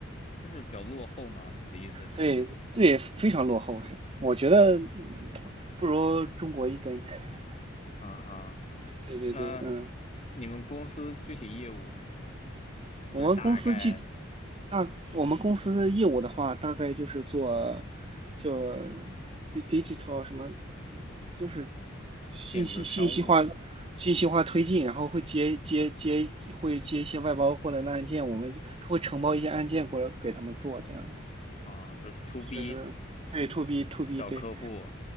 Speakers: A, on the left; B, on the right.
A: 就是比较落后嘛？你的意思是？
B: 对对，非常落后是我觉得嗯不如中国一根。<laughs>
A: 啊哈，
B: 对对对，
A: 那
B: 嗯。
A: 你们公司具体业务是什么？就是大概
B: 我们公司具大，我们公司的业务的话，大概就是做就 di- digital 什么，就是信息信息化
A: 电子商务
B: 信息化推进，然后会接接接会接一些外包过来的案件，我们就会承包一些案件过来给他们做，这样的
A: 啊，就是 to B。
B: 就是对 to B to B
A: 找客户，
B: 对